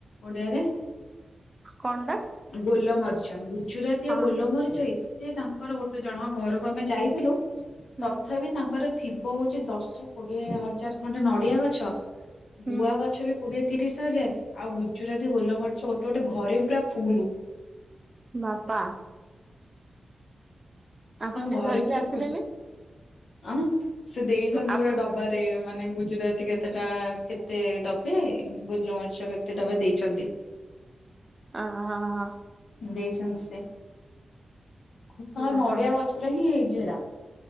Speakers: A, on the left (about 85°); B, on the right (about 20°).
A: ଓଡିଆରେ?
B: କଣ ଟା?
A: ଗୋଲମରିଚ ଗୁଜୁରାତି
B: ହଁ
A: ଆଉ ଗୋଲମରିଚ ଏତେ ତାଙ୍କର ଗୋଟେ ଜଣକ ଘରକୁ ଆମେ ଯାଇଥିଲୁ।
B: ହୁଁ
A: ତଥାପି ତାଙ୍କର ଥିବ ହଉଛି ଦଶ କୋଡିଏ ହଜାର ଖଣ୍ଡେ ନଡିଆ ଗଛ।
B: ହୁଁ
A: ଗୁଆ ଗଛ ବି କୋଡିଏ ତିରିଶ ହଜାର ଆଉ ଗୁଜୁରାତି ଗୋଲମରିଚ ଗୋଟେ ଗୋଟେ ଘରେ ପୁରା ଫୁଲୁ।
B: ବାପା। ଆପଣ
A: ତାଙ୍କ
B: ଟିକେ
A: ଘରେ
B: ଧରିକି
A: ପୁରା
B: ଆସିଲେନି
A: ଫୁ ଅମ୍ ସେ ଦେଇଛନ୍ତି
B: ଆପଣ
A: ଗୋଟେ ଡବା। ରେ ମାନେ ଗୁଜୁରାତି କେତଟା କେତେ ଡବେ ଗୋଲମରିଚ କେତେ ଡବା ଦେଇଛନ୍ତି। ହୁଁ
B: ଆଁ ହ ହ।
A: ଦେଇଛନ୍ତି ସେ ତ
B: ହୁଁ
A: ନଡିଆ
B: ହୁଁ
A: ଗଛରେ ହିଁ ହେଇଛିଏରା।